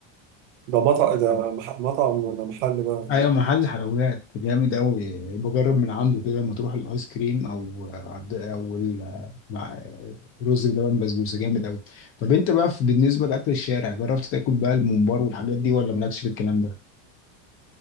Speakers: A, on the right; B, on the left.
A: ده مطعم ده مح... مطعم ولا محل بقى ولا
B: ايوه
A: ايه؟
B: محل حلويات جامد قوي بجرب من عنده كده لما تروح الايس كريم او عبد او ال- مع رز بلبن بسبوسه جامد قوي طب انت بقى في- بالنسبه لاكل الشارع جربت تاكل بقى الممبار والحاجات دي ولا مالكش في الكلام ده